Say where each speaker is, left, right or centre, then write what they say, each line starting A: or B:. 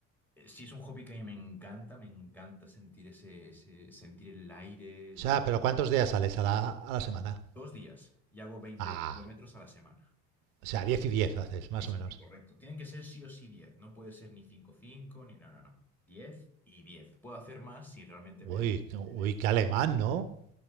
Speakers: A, in the centre; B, on the right.
A: eh, sí es un hobby que a mí me encanta, me encanta sentir ese, ese- sentir el aire.
B: O sea, pero ¿cuántos días sales a la, a la semana?
A: Dos días y hago veinte
B: Ah,
A: kilómetros a la semana.
B: o sea, 10 y 10 haces, más
A: Sí, sí,
B: o menos.
A: sí, correcto. Tienen que ser sí o sí diez No puede ser ni 5 5 ni... No, no, no. diez y diez Puedo hacer más si realmente me
B: Uy,
A: da el
B: qué- uy,
A: del este.
B: qué alemán, ¿no?